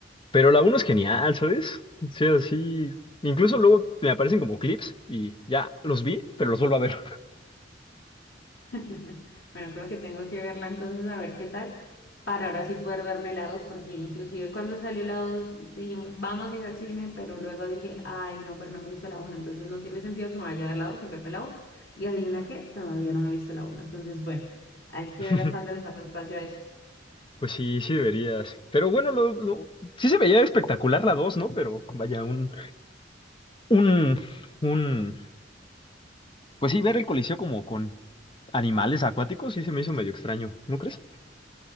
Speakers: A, on the left; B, on the left.
A: Pero la uno es genial, ¿sabes? O sea, Sí, así... Incluso luego me aparecen como clips y ya los vi, pero los vuelvo a ver.
B: <laughs> Bueno, creo que tengo que verla entonces a ver qué tal, para ahora sí poder verme la 2, porque inclusive cuando salió la 2 dijimos, vamos a ir al cine, pero luego dije, ay, no, pero no me hizo la 1, entonces no tiene sentido que me vaya a ver la 2 y verme la uno. Y adivina qué, todavía no me he visto la uno, entonces bueno, hay que
A: <laughs>
B: ver a cuándo le saco espacio a eso.
A: Pues sí, sí deberías. Pero bueno, lo, lo- sí se veía espectacular la dos ¿no? Pero vaya, un, un, un... Pues sí, ver el Coliseo como con animales acuáticos sí se me hizo medio extraño, ¿no crees?